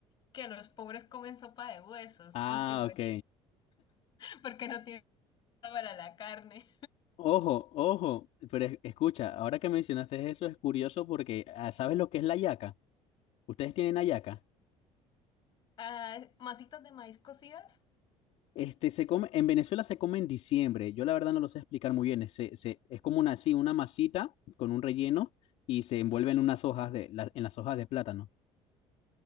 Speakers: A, on the left (about 35°); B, on the left (about 55°).
A: que los pobres comen sopa de huesos,
B: Ah,
A: aunque pues
B: ok.
A: <laughs> porque no tienen para la carne.
B: Ojo, ojo, pero es- escucha, ahora que mencionaste eso es curioso porque ah, ¿sabes lo que es la yaca? ¿Ustedes tienen hallaca?
A: Ah, masitas de maíz cocidas.
B: Este, se come, en Venezuela se come en diciembre. Yo la verdad no lo sé explicar muy bien. Se- se- es como una, así, una masita con un relleno y se envuelve
A: Ujú.
B: en unas hojas de, la- en las hojas de plátano.